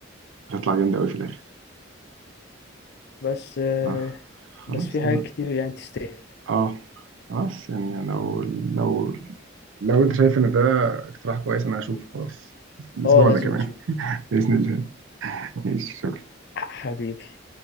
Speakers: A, on the right (about 70°); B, on the left (about 55°).
A: بتطلع جامده قوي في الاخر
B: بس آه،
A: آه خلاص
B: بس في حاجات
A: انا
B: كتير يعني تستاهل
A: اه خلاص يعني لو لو لو انت شايف ان ده اقتراح كويس انا هشوف خلاص الاسبوع
B: اه لازم
A: ده كمان
B: تشوف
A: <laughs> باذن الله ماشي شكرا
B: حبيبي